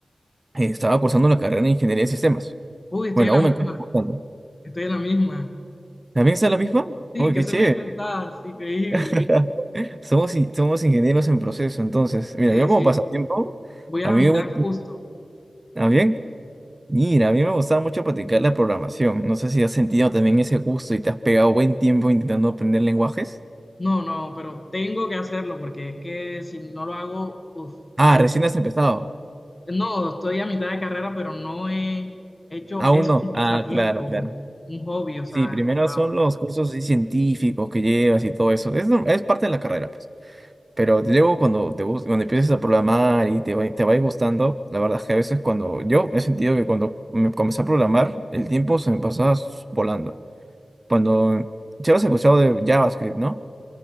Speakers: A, on the right; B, on the left.
A: eh, estaba cursando la carrera de Ingeniería de Sistemas.
B: Uy, estoy
A: Bueno,
B: en la
A: aún
B: misma,
A: me encuentro cursando.
B: estoy en la misma.
A: ¿También está la misma?
B: Sí,
A: Uy,
B: qué
A: qué
B: semestre
A: chévere!
B: estás, increíble.
A: <laughs> Somos, in- somos ingenieros en proceso, entonces. Mira,
B: Sí,
A: yo como
B: sí,
A: pasatiempo,
B: voy a
A: a
B: la
A: mí,
B: mitad
A: hubo-
B: justo.
A: ¿ah, bien? Mira, a mí me gustaba mucho practicar la programación. No sé si has sentido también ese gusto y te has pegado buen tiempo intentando aprender lenguajes.
B: No, no, pero tengo que hacerlo porque es que si no lo hago, uf,
A: Ah,
B: es-
A: recién has empezado.
B: no, estoy a mitad de carrera, pero no he hecho,
A: Aún
B: es
A: no.
B: un pasatiempo,
A: Ah, claro, claro.
B: un hobby, o sea,
A: Sí, primero
B: enfocado.
A: son los cursos así científicos que llevas y todo eso. Es, no- es parte de la carrera, pues. Pero luego cuando te gus- cuando empiezas a programar y te va, te va a ir gustando, la verdad es que a veces cuando yo he sentido que cuando me comencé a programar, el tiempo se me pasaba s- volando. Cuando ya has escuchado de JavaScript, ¿no?